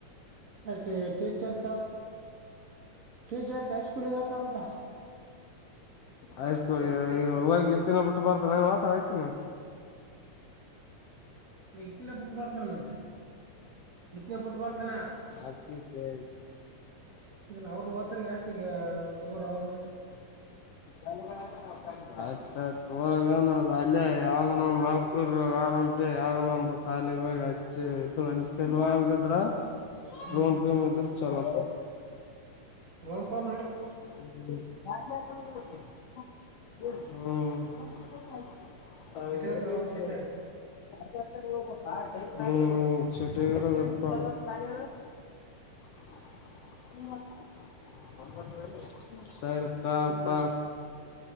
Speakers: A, on the right; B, on the left.
A: ಅಕೆ ಟೀಚರ್ ಟೀಚರ್ ಹೈ ಸ್ಕೂಲ್ಗ ಹೋಗ್ತಾರಂತ
B: ಹೈ ಸ್ಕೂಲ್ ಹ ಇತ್ತನೇ ಬಿಟ್ಟು ಬರ್ತ ನಂತ ಹಾಕಿನ <inaudible>
A: ಇತನ ಬುಟಬರ್ತನಮತ್ ಇತನ ಬುಟ ಬರ್ತನ
B: ಆಗ್ಲಿಕ್ಕೆ
A: ಇಲ್ಲ ಅವ್ರರು ಹೋತರು ಆಯ್ತು ಈಗ ದೂರ ಅವ್ರನು
B: <inaudible> ಆಯತ್ಯತ್ ಒಳಗನದು ಅಲ್ಲೇ ಯಾವುದಾನ ಒಂದು ನೌಕರಿ ಯಾವ್ದ ನಂತ ಸಾಲೆಗೆ ಹೋಗಿ ಹಚ್ಚು ಇಬ್ರು ಒಂದ ತಲ್ವಾಂಗಿದ್ರ
A: ಹ್ಮ್
B: ರೂಮ್ ಇದ್ರೆ ಚಲೋ
A: ರೋಂಪಾ ನೆಡಿತು
B: ಹ್ಮ ಹ್ಮ್ ಹ್ಮ್
A: ಸಿಟ್ಟ ಹತ್ರ
B: ಹ್ಮ
A: ಅವ್ರನ್ನ ಸಿಟ್ಟಾಗ
B: ಚಾಟಿರ್ರ ಇರಪ್ಪ ಹು <unintelligible> ಸರಿ ತಕೊಪ್ಪ